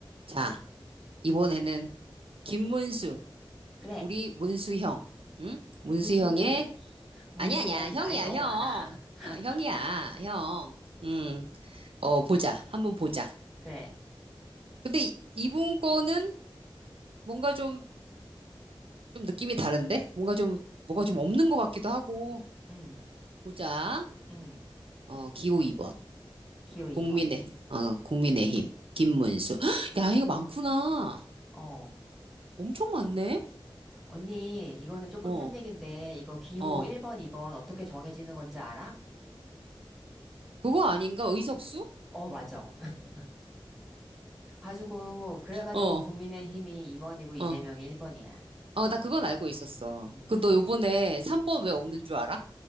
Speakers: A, on the right; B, in the centre.
A: 자, 이번에는 김문수,
B: 그래.
A: 우리 문수 형, 응? 문수
B: 문수옹.
A: 형의
B: 문수옹.
A: 아니 야 아니야, 형이야,
B: 나이 너무
A: 형,
B: 많아. <laughs>
A: 어, 형이야, 형, 음, 어 보자, 한번 보자.
B: 그래.
A: 근데 이- 이분 거는 뭔가 좀 좀 느낌이 다른데, 뭔가 좀 뭐가 좀 없는 것 같기도 하고
B: 음,
A: 보자.
B: 음.
A: 어 기호 2번
B: 기호 2번.
A: 국민의 어 국민의힘 김문수.
B: 음.
A: <gasps> 야 이거 많구나,
B: 어.
A: 엄청 많네.
B: 언니, 이거는 조금
A: 어,
B: 딴 얘긴데, 이거 기호
A: 어,
B: 1번, 2번 어떻게 정해지는 건지 알아?
A: 그거 아닌가 의석수?
B: 어, 맞아. <laughs> 가지고, 그래가지고
A: 어,
B: 국민의힘이 2번이고 이재명이
A: 어.
B: 1번이야.
A: 어, 나 그건 알고 있었어.
B: 음.
A: 그 너 요번에 3번 왜 없는 줄 알아?